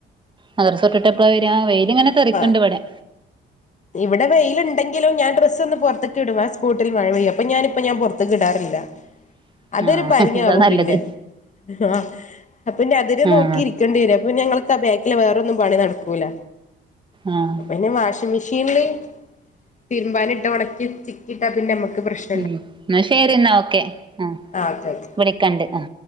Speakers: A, on the right; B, on the left.
A: മദ്രസ്സ് വിട്ടിട്ട് എപ്പളാ വര്യാ വെയിൽ ഇങ്ങനെ തെറിക്കണ്ട്
B: ആ
A: ഇവ്ടെ
B: ഇവിടെ വെയിലുണ്ടെങ്കിലും ഞാൻ ഡ്രസ് ഒന്ന് പുറത്തക്ക് ഇടും ആ സ്പൊട്ടിൽ മഴ പെയ്യും അപ്പ ഞാനിപ്പ പുറത്തെക്ക് ഇടാറില്ല
A: <inaudible>
B: അതൊരു
A: ആഹ്
B: പണി
A: അതാ
B: ആവും
A: നല്ലത്
B: പിന്നെ ആ അപ്പൊ പിന്നെ അതിനെനോക്കിയിരിക്ക-
A: ആഹ്
B: ഇരിക്കേണ്ടി വരും അപ്പൊ ഞങ്ങൾക്ക് ആ ബാക്കില് വേറൊന്നും പണി നടക്കൂല
A: ആഹ്
B: അപ്പൊ പിന്നെ വാഷിംഗ് മെഷീനില് തിരുമ്പാനിട്ട ഉണക്കി ചിക്കിയിട്ടാ പിന്നെ നമ്മുക്ക് പ്രശ്നയില്ല
A: ഉം എന്നാ ശരി എന്നാ ഓക്കെ ആ
B: ആഹ് ഓക്കെ ഓക്കെ
A: വിളിക്കണ്ട് ആ